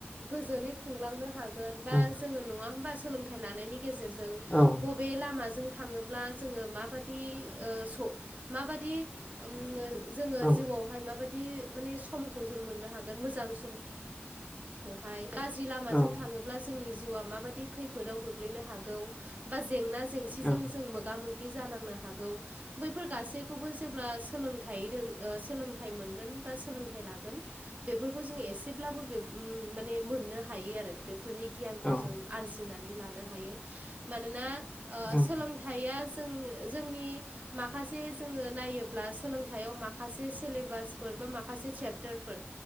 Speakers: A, on the right (about 35°); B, on the left (about 15°).
A: गोजोनै खुंलांनो हा गोन बा
B: उम
A: जोङो नङा होमबा सोलोंथाइ लानायनि गेजेरजों
B: औ
A: बबे लामाजों थाङोब्ला जोङो माबादि ओ स' माबादि उम जोङो
B: औ
A: जिउआवहाय माबादि माने समखौ जों मोननो हागोन मोजां सम खौहाय गाज्रि लामाजों
B: औ
A: थाङो जोंनि जिउआ माबाददि खैफोदाव गोग्लैनो हागौ बा जेंना जेंसिजों
B: ओं
A: जों मोगा मोगि खि जानांनो हागौ बैफोर गासैखौबो जेब्ला सोलोंथाइ द सोलोंथाइ मोनगोन बा सोलोंथाइ लागोन बेफोरखौ जोङ एसेब्लाबो माने मोननो हायो आरो बेफोरनि गियानखौ
B: औ
A: जों आरजिनानै लानो हायो मानोना
B: उम
A: सोलोंथ थाया जों जोंनि माखासे जोङो नायोब्ला सोलोंथायाइयाव माखासे सिलेबासफोर बा माखासे चेपटारफोर